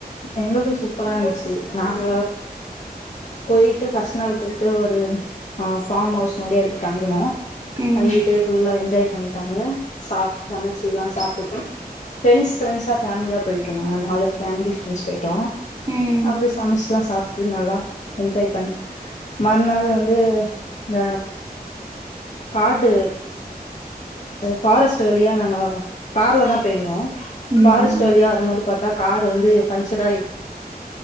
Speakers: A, on the left; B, on the right.
A: எங்கள்து சூப்பரா இருந்துச்சு நாங்க போயிட்டு ஃபஸ்ட் நாள் போயிட்டு ஒரு ஆ ஃபாம் ஹவுஸ் மாரி எடுத்து தங்குனோ
B: ம்
A: தங்கிட்டு ஃபுல்லா என்ஜாய் பண்ணிட்டாங்க சாப்ட்டு சமச்சுல்லா சாப்டுட்டு பிரண்ட்ஸ் பிரண்ட்ஸா ஃபேம்லியா போயிட்டோ நாங்க நாலு ஃபேமிலி ஃப்ரண்ட்ஸ் போயிட்டோ
B: ம்
A: அப்டி சமச்சுல்லா சாப் ட்டு நல்லா எஜ்ஜாய் பண்ட்டு மறுநாள் வந்து இந்த கார்டு ஃபாரஸ்ட் வழியா நாங்க கார்ல தா போயிருந்தோ
B: ம்
A: ஃபாரஸ்ட் ட்டுவழியா வரும்போது பாத்தா கார் வந்து பஞ்சராய்